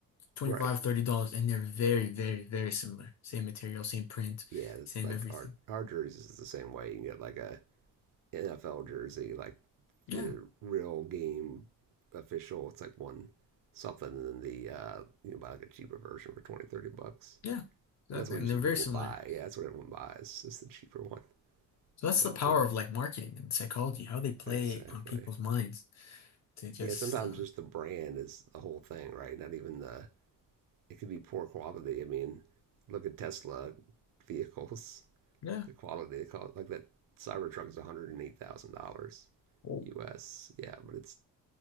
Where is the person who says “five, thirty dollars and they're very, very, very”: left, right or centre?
Left